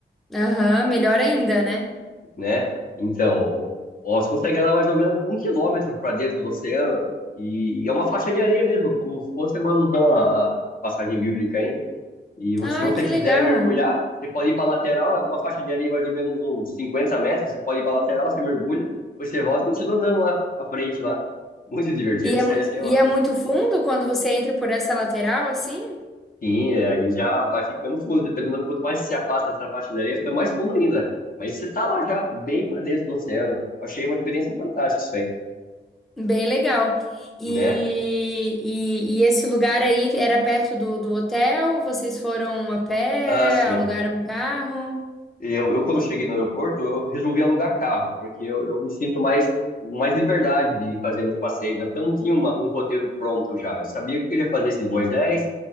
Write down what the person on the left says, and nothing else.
né? Então, o- o- você consegue andar mais ou menos um quilômetro para dentro do oceano e é uma faixa de areia mesmo, como se fosse uma alusão à, à passagem bíblica, hein? E você-
se você
quiser
mergulhar, você pode ir para a lateral, é uma faixa de areia mais ou menos uns 50 metros, você pode ir para a lateral, você mergulha, depois você volta e continua andando lá para frente lá. Muito divertido
isso
aí, assim, ó.
sim, é, aí já vai ficando fundo, dependendo do quanto mais você se afasta dessa faixa de areia, fica mais fundo ainda. Mas você tá lá já bem para dentro do oceano. Eu Achei uma experiência fantástica isso aí.
né?
Ah, Assim,
eu, eu quando cheguei no aeroporto, eu resolvi alugar carro, porque eu, eu me sinto mais, com mais liberdade de fazer meus passeios, né? Porque eu não tinha uma- um roteiro pronto já. Eu sabia que eu queria fazer esse de Moisés,